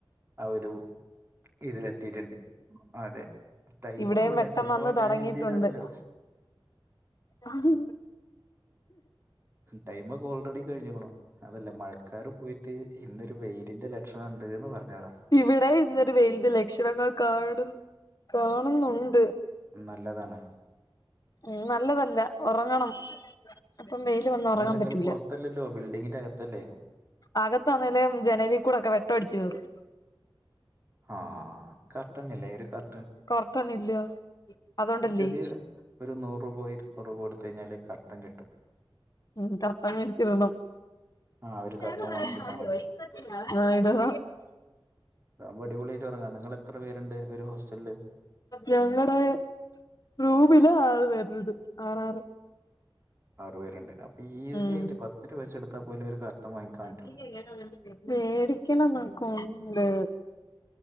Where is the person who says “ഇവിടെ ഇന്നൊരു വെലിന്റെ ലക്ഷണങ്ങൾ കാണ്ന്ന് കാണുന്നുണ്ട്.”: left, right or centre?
Left